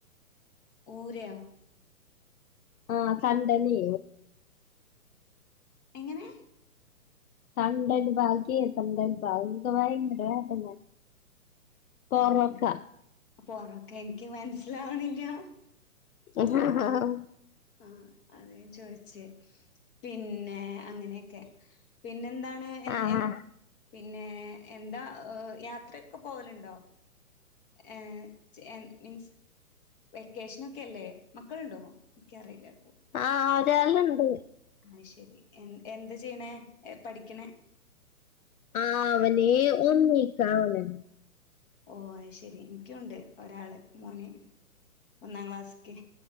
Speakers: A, on the left (about 35°); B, on the left (about 70°).
A: ഊരയ
B: ആഹ് സണ്ടനീ
A: എങ്ങനെ
B: തണ്ടല ഭാാക്കിത്തണ്ടൽ ബാക്കിയൊക്കെ ഭയങ്കര വേദന പൊറൊക്ക
A: വേദന പ്പൊറൊക്കെ എനിക്ക് മനസ്സിലാവണല്ല്യാ
B: ആഹ് ആഹ്
A: ആഹ് അതാ ഞാൻ ചോയിച്ചേ പിന്നെ അങ്ങനെക്കെ പിന്നെന്താണ് എൻ
B: ആഹ്
A: എൻ പിന്നെ എന്താ യാത്രൊക്കെ പോവലുണ്ടോ ഏഹ് എൻ മീൻസ് വെക്കേഷനൊക്കെല്ലേ മക്കളുണ്ടോ ഇക്കിറിയില്ല പ്പം
B: ആഹ് ഒരാള് ണ്ട്
A: അയ്ശരി എ എന്ത ചെയ്യണെ പഠിക്കണേ
B: ആഹ് അവന് ഒന്നീ ക്കാവന്
A: ഓഹ് അയ്ശരി ഇൻക്കിയുണ്ട് ഒരാൾ മോന് ഒന്നാം ക്ലാസ്സ്ക്ക്